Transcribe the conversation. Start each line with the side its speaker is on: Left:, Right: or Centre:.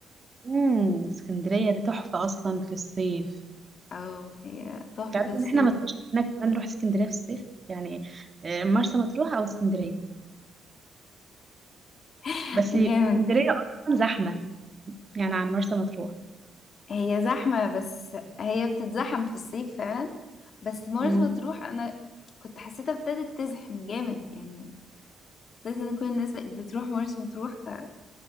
Right: امم اسكندرية دي تحفة أصلا في الصيف
Left: اه هي تحفة
Right: تعرف
Left: في الصيف
Right: إن إحنا ما ترشحنا كمان نروح اسكندرية في الصيف يعني آه، مرسى مطروح أو اسكندرية
Left: <laughs>
Right: بس
Left: جامد
Right: اسكندرية أصلا زحمة يعني عن مرسى مطروح
Left: هي زحمة بس هي بتتزحم في الصيف فعلا بس مرسى
Right: مم.
Left: مطروح أنا كنت حسيتها ابتدت تزحم جامد يعني حسيت إن كل الناس بقت بتروح مرسى مطروح ف...